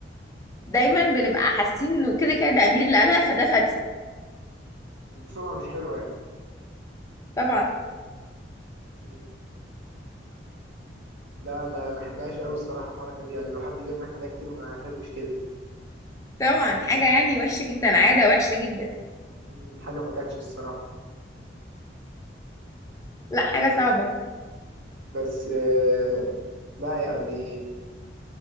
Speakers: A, on the left; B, on the right.
A: دايما بنبقى حاسين انه كده كده ده امير اللي قالها فده فتي
B: مم. سمعه مش حلوه يعني
A: طبعا
B: مم. لا انا ما بحبهاش قوي الصراحه الحركه دي يعني لو حد بيضحك عليا كتير ما احبش كده
A: طبعا حاجه يعني وحشه جدا عاده وحشه جدا
B: مم. حاجه ما جاتش الصراحه
A: لا حاجه صعبه
B: بس آه، لا يعني